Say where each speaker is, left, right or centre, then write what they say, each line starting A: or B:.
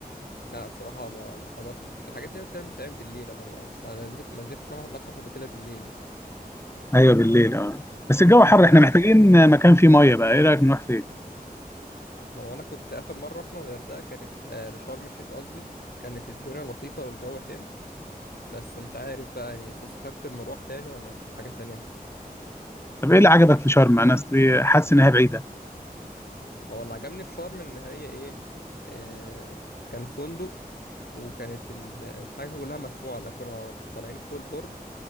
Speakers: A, on the left; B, on the left.
A: لا الصراحة ما ما حضرتش الحاجات دي بتعمل بتعمل بالليل أنا ما ما نزلت ما نزلتش متحف قبل كده بالليل
B: أيوه بالليل أه بس الجو
A: طب
B: حر
A: أنت
B: إحنا
A: بس
B: محتاجين مكان فيه مية بقى إيه رأيك نروح فين؟
A: هو أنا كنت آخر مرة رحنا الغردقة كانت آه لشرم الشيخ قصدي كانت الدنيا لطيفة والجو حلو بس مش عارف بقى يعني تستحق المروح تاني ولا نشوف حاجة تانية
B: طب إيه اللي عجبك في شرم؟ أنا أصلي حاسس إنها بعيدة
A: هو اللي عجبني في شرم إن هي إيه آه كان فندق وكانت ال- الحاجة كلها مدفوعة لا كنا طالعين فول بورد